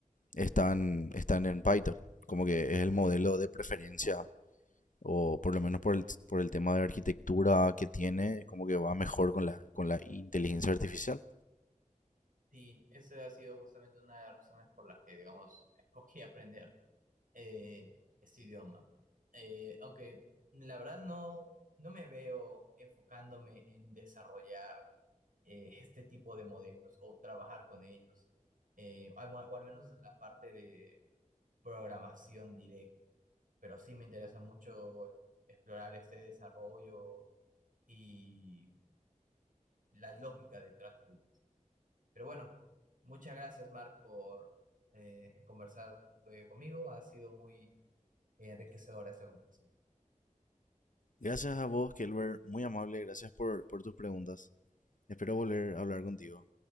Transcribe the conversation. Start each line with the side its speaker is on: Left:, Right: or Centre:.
Left: están, están en Python, como que es el modelo de preferencia o por lo menos por el, por el tema de arquitectura que tiene, como que va mejor con la, con la inteligencia artificial.
Right: Sí, eso ha sido justamente una de las razones por las que, digamos, escogí aprender eh, este idioma. Eh, aunque la verdad no, no me veo enfocándome en desarrollar eh, este tipo de modelos o trabajar con ellos, eh, al- o al menos en la parte de programación directa. Pero sí me interesa mucho explorar este desarrollo y la lógica detrás de él. Pero bueno, muchas gracias, Mark, por eh, conversar eh, conmigo. Ha sido muy enriquecedora esta conversación.
Left: Gracias a vos, Kelber, muy amable, gracias por, por tus preguntas. Espero volver a hablar contigo.